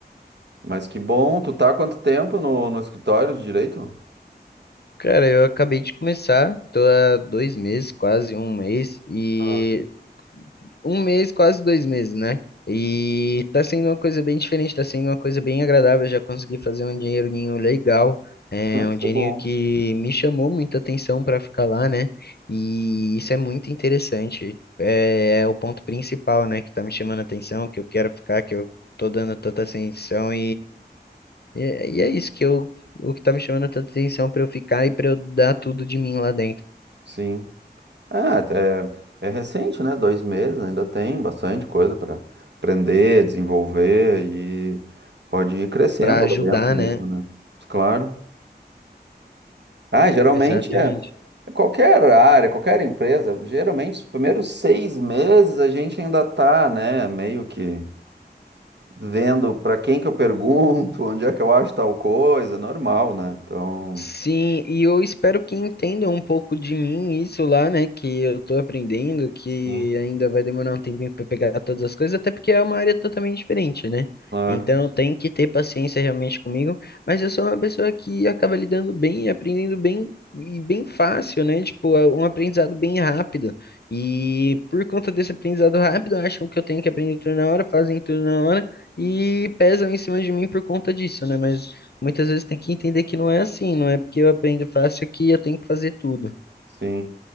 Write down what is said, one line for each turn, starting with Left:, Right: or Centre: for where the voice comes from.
Right: Mas que bom, tu tá há quanto tempo no, no escritório de direito?
Left: Cara, eu acabei de começar, tô há dois meses, quase um mês, e
Right: Ah,
Left: um mês, quase dois meses, né? E tá sendo uma coisa bem diferente, tá sendo uma coisa bem agradável. Eu já consegui fazer um dinheirinho legal, é
Right: Ah,
Left: um
Right: isso
Left: dinheirinho
Right: é bom.
Left: que me chamou muita atenção pra ficar lá, né? E isso é muito interessante. É, é o ponto principal, né, que tá me chamando a atenção, que eu quero ficar, que eu tô dando tanta atenção e, é e é isso que eu, o que tá me chamando tanta atenção pra eu ficar e pra eu dar tudo de mim lá dentro,
Right: Sim. Ah, é, é recente, né? Dois meses, ainda tem bastante coisa para aprender, desenvolver e pode ir crescendo
Left: Pra ajudar,
Right: lá dentro mesmo,
Left: né?
Right: né? Claro. Ah, geralmente
Left: Exatamente.
Right: é qualquer área, qualquer empresa, geralmente os primeiros seis meses a gente ainda tá, né, meio que vendo para quem que eu pergunto, <laughs> onde é que eu acho tal coisa, normal, né? Então,
Left: Sim, e eu espero que entendam um pouco de mim isso lá, né? Que eu tô aprendendo, que
Right: Sim.
Left: ainda vai demorar um tempinho para pegar todas as coisas, até porque é uma área totalmente diferente, né?
Right: claro,
Left: Então tem que ter paciência realmente comigo, mas eu sou uma pessoa que acaba lidando bem, e aprendendo bem e bem fácil, né? Tipo, é um aprendizado bem rápido. E por conta desse aprendizado rápido, acham que eu tenho que aprender tudo na hora, fazem tudo na hora e pesam em cima de mim por conta disso, né? Mas muitas vezes tem que entender que não é assim, não é porque eu aprendo fácil que eu tenho que fazer tudo.
Right: sim.